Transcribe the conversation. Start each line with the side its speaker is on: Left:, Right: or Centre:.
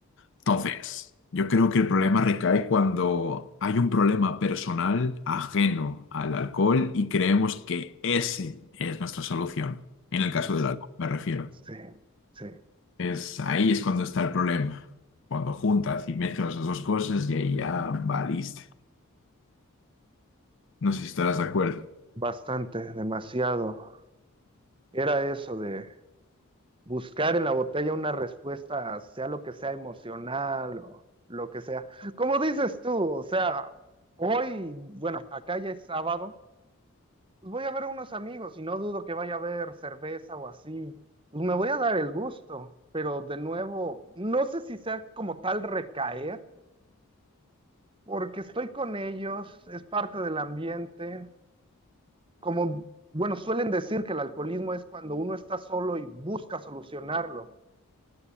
Left: Entonces, yo creo que el problema recae cuando hay un problema personal ajeno al alcohol y creemos que ese es nuestra solución. En
Right: Sí,
Left: el caso del alcohol, me refiero.
Right: sí, sí,
Left: Es ahí es cuando está el problema. Cuando juntas y mezclas las dos cosas y ahí ya valiste. No sé si estarás de acuerdo.
Right: bastante, demasiado. Era eso de buscar en la botella una respuesta, sea lo que sea emocional o lo que sea. Como dices tú, o sea, hoy, bueno, acá ya es sábado, pues voy a ver a unos amigos y no dudo que vaya a haber cerveza o así. Pues me voy a dar el gusto, pero de nuevo, no sé si sea como tal recaer, porque estoy con ellos, es parte del ambiente, como... Bueno, suelen decir que el alcoholismo es cuando uno está solo y busca solucionarlo.